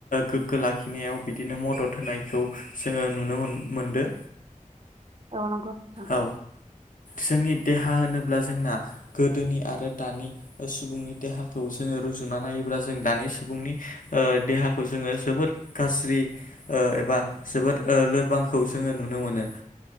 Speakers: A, on the left; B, on the right.
A: गोग्गो लाखिनायाव बिदिनो मदद होनायखौ जोङो नुनो मोन मोनदो।
B: <inaudible> औ नंगौ नोंथां
A: औ जोंनि देहा होनोब्ला जोंना गोदोनि आरो दानि सुबुंनि देहाखौ जोङो रुजुना नायोब्ला जों दानि सुबुंनि देहाखौ जोङो जोबोद गाज्रि एबा जोबोद लोरबांखौ जोङो नुनो मो नो।